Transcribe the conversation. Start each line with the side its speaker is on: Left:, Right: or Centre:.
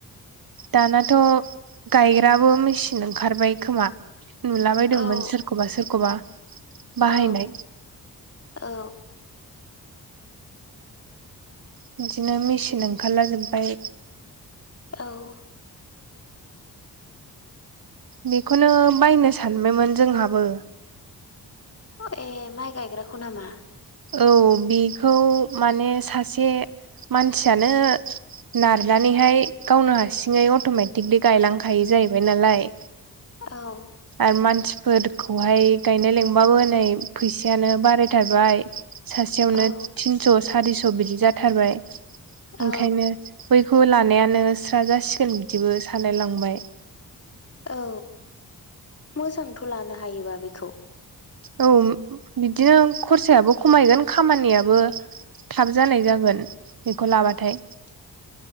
Right: दानाथ' गायग्राबो मेचिन ओंखारबाय खोमा नुलाबायदोंमोन
Left: औ
Right: सोर सोरखौबा सोरखौबा बाहायनाय
Left: औ औ
Right: बिदिनो मेचिन ओंखारला जोबबाय
Left: औ
Right: बेखौनो बायनो सानबायमोन जोंहाबो।
Left: अ ए माइ गायग्राखौ नामा।
Right: औ बेखौ माने सासे मानसियानो। नारनानैहाय गावनो हारसिङै अट'मेटिकलि गायलांखायो जाहैबाय नालाय।
Left: औ
Right: आरो मानसिफोरखौहाय गायनाय लिंबाबो नै फैसायानो बारायथारबाय सासेयावनो
Left: औ
Right: थिनस' सारिस' बिदि जाथारबाय
Left: औ
Right: ओंखायनो बैखौ लानायानो स्रा जासिगोन बिदिबो सानलायलांबाय
Left: औ मोजांथ' लानो हायोबा बेखौ
Right: औ बिदिनो खरसायाबो खमायगोन खामानियाबो थाब जानाय जागोन बेखौ लाबाथाय
Left: औ होमबालाय